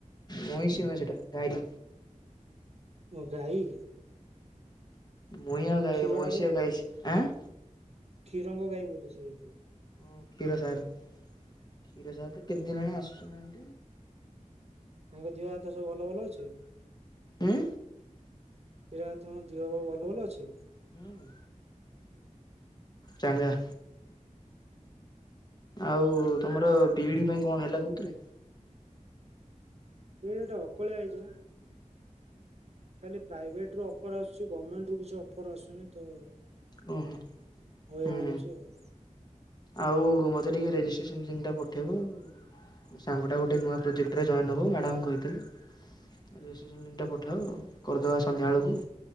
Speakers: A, on the left (about 30°); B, on the right (about 55°).
A: ମଇଁଷି ନୁହେଁ ସେଟା ଗାଈ।
B: ମୁଁ ଗାଈ
A: ମହିଁଆ
B: ଏଇ
A: ଗାଇ
B: କ୍ଷୀର
A: ମହିଁଷିଆ
B: ଠାରୁ
A: ଗାଈ ସେ। ଆଁ
B: କ୍ଷୀରଙ୍ଗ ଗାଈ ବୋଧେ ସେ ହେଇଥିବ।
A: ହଁ କ୍ଷୀର ସାର୍ କ୍ଷୀର ସାର୍ ତ କେତେ ଦିନ ହେଣା ଆସୁ ନାହାଁନ୍ତି।
B: ତାଙ୍କ ଦିଅ ହାତ ସବୁ ଭଲ ଭଲ ଅଛି।
A: ଉଁ
B: କିରା ତମ ଦିଅ ବା ଭଲ ଭଲ ଅଛି।
A: ହୁଁ ଚାଙ୍ଗା ଆଉ ତମର ବିଇଡି ପାଇଁ କଣ ହେଲା କୋଉଥିରେ?
B: ବି ଇ ଡି ଅକଳିଆ ହେଇଚି ବା। ଖାଲି ପ୍ରାଇଭେଟ ର ଆସଛି ଗର୍ଣ୍ଣେଣ୍ଟ ର କିଛି ଅ ଅଫର ଆସୁନି ତ
A: ଓହୋ
B: ହଇରାଣ
A: ହୁଁ ହୁଁ
B: ହଉଛି ଆଉ।
A: ଆଉ ମୋତେ ଟିକିଏ ରେଜିଷ୍ଟ୍ରେସନ୍ ଲିଙ୍କଟା ପଠାଇବୁ ମୋ ସାଙ୍ଗଟା ଗୋଟେ ନୂଆ ପ୍ରୋଜେକ୍ଟରେ ଜଏନ୍ ହେବ ମ୍ୟାଡ଼ାମ କହିଥିଲେି ରେଜିଷ୍ଟ୍ରେସନ୍ ଲିଙ୍କଟା ପଠାଅ କରିଦେବା ସନ୍ଧ୍ୟାବେଳକୁ।